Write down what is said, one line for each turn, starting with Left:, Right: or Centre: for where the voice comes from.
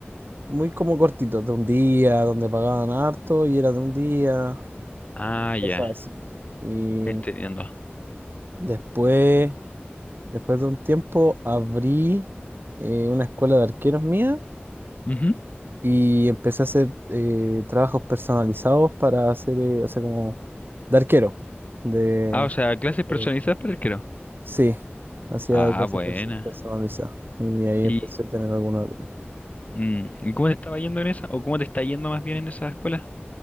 Right: muy como cortitos, de un día, donde pagaban harto y era de un día,
Left: Ah, ya.
Right: cosas así. Y
Left: Entendiendo.
Right: después, después de un tiempo, abrí eh, una escuela de arqueros mía
Left: Ujú.
Right: y empecé a hacer eh, trabajos personalizados para hacer, eh, o sea, como de arquero. De,
Left: Ah, o sea, clases personalizadas
Right: Pero-
Left: para arquero.
Right: sí, hacía
Left: Ah,
Right: clases
Left: buena.
Right: perso- personalizadas. Y ahí
Left: ¿Y,
Right: empecé a tener algunos niños.
Left: mm, ¿y cómo te estaba yendo en esa? ¿O cómo te está yendo más bien en esa escuela?